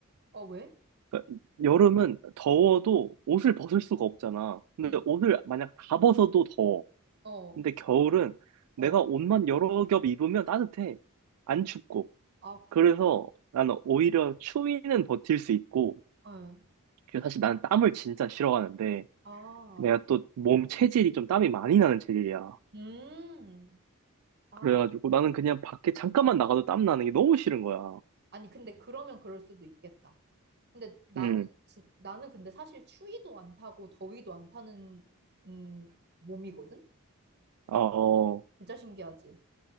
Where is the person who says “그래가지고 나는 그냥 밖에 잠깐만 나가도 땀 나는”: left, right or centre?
Right